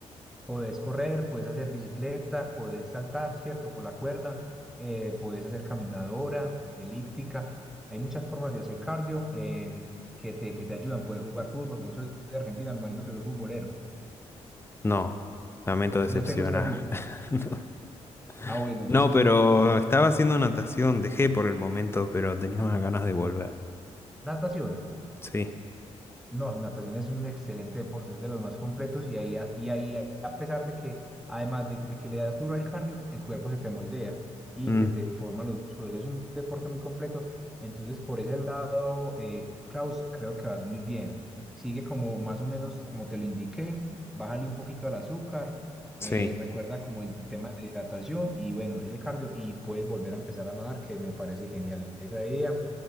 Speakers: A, in the centre; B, on the left.
A: Podés correr, podés hacer bicicleta, podés saltar, ¿cierto? Por la cuerda, eh, podés hacer caminadora, elíptica. Hay muchas formas de hacer cardio em, que te, que te ayudan. Puedes jugar fútbol, por eso sos de Argentina, me imagino que sos futbolero.
B: No, lamento decepcionar.
A: ¿No te gusta el fútbol?
B: <laughs>
A: Ah, bueno, yo
B: No,
A: sí
B: no, pero
A: soy muy futbolero.
B: estaba haciendo natación, dejé por el momento, pero tenía unas ganas de volver.
A: Natación.
B: Sí,
A: No, natación es un excelente deporte, es de los más completos y ahí, a- y ahí a a pesar de que, además de, de que le das duro al cardio, el cuerpo se te moldea y
B: mm,
A: se te forman los músculos. Es un deporte muy completo. Entonces, por ese lado, eh, Klaus, creo que vas muy bien. Sigue como más o menos como te lo indiqué, bájale un poquito al azúcar,
B: sí.
A: eh, recuerda como el tema de la hidratación y bueno, ese cardio y puedes volver a empezar a nadar, que me parece genial esa idea.